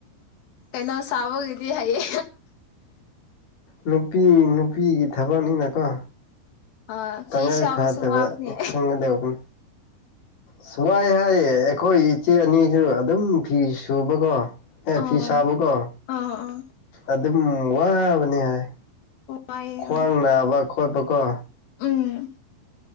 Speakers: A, on the left; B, on the left.
A: ꯀꯩꯅꯣ ꯁꯥꯎꯕꯒꯤꯗꯤ ꯍꯩꯌꯦ
B: ꯅꯨꯄꯤ ꯅꯨꯄꯤꯒꯤ ꯊꯕꯛꯅꯤꯅꯀꯣ
A: ꯑꯥ
B: ꯇꯉꯥꯏ
A: ꯐꯤ ꯁꯥꯕꯁꯨ
B: ꯐꯗꯕꯅꯤ
A: ꯋꯥꯕꯅꯦ
B: ꯈꯪꯒꯗꯧꯕꯧꯕꯅꯤ ꯁ ꯋꯥꯏ ꯍꯥꯏꯌꯦ ꯑꯩꯈꯣꯏ ꯏꯆꯦ ꯑꯅꯤꯁꯨ ꯑꯗꯨꯝ ꯐꯤ ꯁꯨꯕꯀꯣ ꯑꯦ
A: ꯑꯣ
B: ꯐꯤꯁꯥꯕ ꯀꯣ
A: ꯑꯥ ꯑꯥ
B: ꯑꯗꯨꯝ ꯋꯥꯕꯅꯤ ꯍꯥꯏ
A: ꯋꯥꯏꯌꯦ
B: ꯈ꯭ꯋꯥꯡ
A: ꯑꯥ
B: ꯅꯥꯕ ꯈꯣꯠꯄ ꯀꯣ
A: ꯎꯝ